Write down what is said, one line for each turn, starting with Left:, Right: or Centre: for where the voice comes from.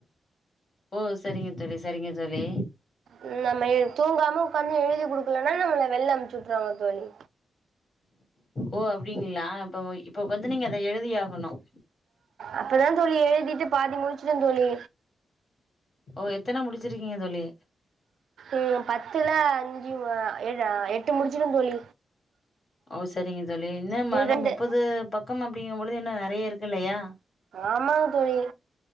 Left: ஓ செரிங்க தோழி செரிங்க தோழி
Right: ம் நம்ம எ தூங்காம உக்காந்து எழுதி குடுக்கலனா நம்மள வெல்ல அமுச்சுவுட்ருவாங்க தோழி
Left: ஓ அப்டிங்ளா இப்ப இப்ப வந்து நீங்க அத எழுதியாகணும்
Right: அப்பதா தோழி எழுதிட்டு பாதி முடிச்சுட்டே தோழி
Left: ஓ எத்தன முடிச்சிருக்கீங்க தோழி
Right: ம் பத்துல அஞ்சு ம ஏழு எட்டு முடிச்சிட்டே தோழி
Left: ஓ சரிங்க தோழி என்ன மல
Right: ரெண்டு
Left: முப்பது பக்கம் அப்படிங்கும் பொழுது இன்னு நெறைய இருக்கு இல்லையா
Right: ஆமாங் தோழி